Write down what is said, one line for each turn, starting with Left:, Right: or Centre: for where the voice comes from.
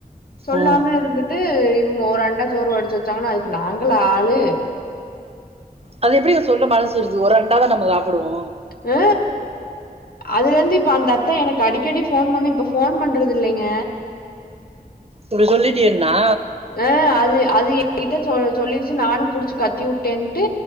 Left: சொல்லாம
Right: ம்
Left: இருந்துட் ட்டு இவங்க ஒரு அண்டா சோறு வடிச்சு வெச்சாங்கன்னா அதுக்கு நாங்களா ஆளு
Right: அது எப்புடிங்க சொல்ல மனசு வருது ஒரு அண்டாவா நம்ப சாப்புடுவோ
Left: அ அதுலருந்து இப்ப அந்த அத்த எனக்கு அடிக்கடி ஃபோன் பண்ணு இப்ப ஃபோன் பண்றது இல்லைங்க
Right: இப்டி சொல்லிட்டியேன்னா
Left: அ அது அது எ கிட்ட சொ சொல்லிருச்சு நானு புடிச்சு கத்திவுட்டேன்ட்டு